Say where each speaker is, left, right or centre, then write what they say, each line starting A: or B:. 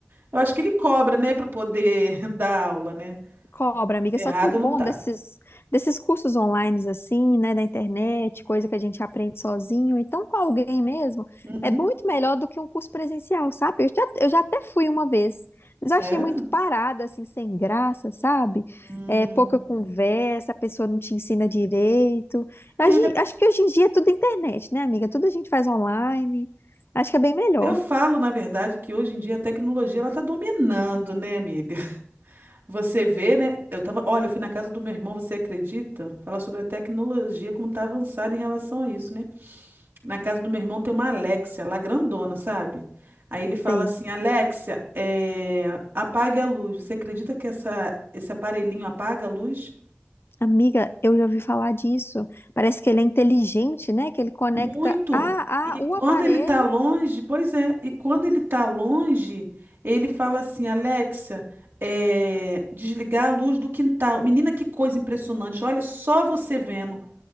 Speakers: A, on the right (about 65°); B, on the left (about 65°).
A: eu acho que ele cobra, né, para poder <laughs> dar aula, né?
B: Cobra, amiga.
A: Errado
B: Só que o bom
A: não tá.
B: desses, desses cursos online, assim, né, da internet, coisa que a gente aprende sozinho, então com alguém mesmo,
A: Uhum.
B: é muito melhor do que um curso presencial, sabe? Eu já, eu já até fui uma vez, mas
A: Sério?
B: eu achei muito parada, assim, sem graça, sabe?
A: Hum.
B: É, pouca conversa, a pessoa não te ensina direito. A
A: É,
B: gen- Acho que hoje em dia é tudo internet, né, amiga? Tudo a gente faz online. Acho que é bem melhor.
A: eu falo, na verdade, que hoje em dia a tecnologia ela está dominando, né, amiga? <laughs> Você vê, né? Eu tava, olha, eu fui na casa do meu irmão, você acredita? Falar sobre a tecnologia, como tá avançada em relação a isso, né? Na casa do meu irmão tem uma Alexia, lá grandona, sabe? Aí ele
B: Sei.
A: fala assim, Alexia, é, apague a luz. Você acredita que essa, esse aparelhinho apaga a luz?
B: Amiga, eu já ouvi falar disso. Parece que ele é inteligente, né? Que ele conecta
A: Muito.
B: a,
A: E
B: a o
A: quando
B: aparelho.
A: ele tá longe, pois é, e quando ele tá longe, ele fala assim, Alexa, é, desligar a luz do quintal. Menina, que coisa impressionante. Olha só você vendo.